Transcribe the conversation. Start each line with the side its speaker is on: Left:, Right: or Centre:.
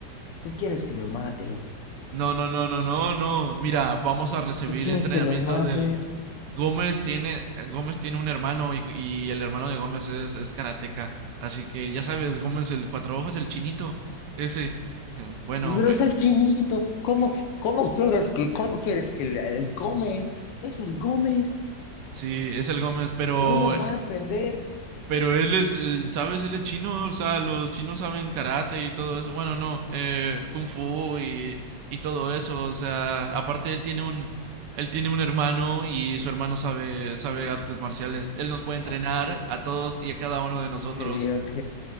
Left: tú quieres que me maten,
Right: No, no, no, no, no, no. Mira, vamos a recibir
Left: tú quieres
Right: entrenamiento
Left: que los mates.
Right: del, Gómez tiene, Gómez tiene un hermano y, y el hermano de Gómez es, es karateca. Así que ya sabes, Gómez, el cuatro ojos, el chinito. Ese, bueno,
Left: Y pero es
Right: eh,
Left: el chinito, ¿cómo, cómo quieres que, cómo quieres que el, el Gómez, es el Gómez,
Right: sí, es el Gómez, pero,
Left: no nos va a defender?
Right: pero él es, eh, ¿sabes? Él es chino, o sea, los chinos saben karate y todo eso. Bueno, no, eh, kung fu y, y todo eso. O sea, aparte él tiene un, él tiene un hermano y su hermano sabe, sabe artes marciales. Él nos puede entrenar
Left: Ok,
Right: a todos y a cada uno de nosotros.
Left: ok, ok.